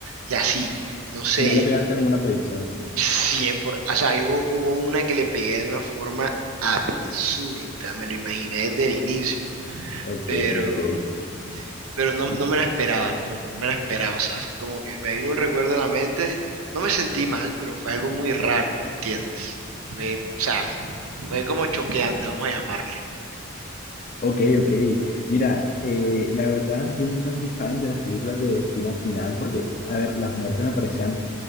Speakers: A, on the right; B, on the left.
A: y así, no sé,
B: Y no le pegaste ninguna predicción.
A: cien por, o sea, ahí hubo, hubo una que le pegué de una forma zurda, me lo imaginé desde el inicio,
B: Ok,
A: pero
B: ok.
A: pero no, no me la esperaba, no, no me la esperaba, o sea, fue como que me vino un recuerdo a la mente, no me sentí mal, pero fue algo muy raro, ¿me entiendes? Fue, o sea, fue como choqueante, vamos a llamarle.
B: Ok, ok. Mira, eh, la verdad, yo nunca fui fan de las películas de Destino Final porque, a ver, las muertes me parecían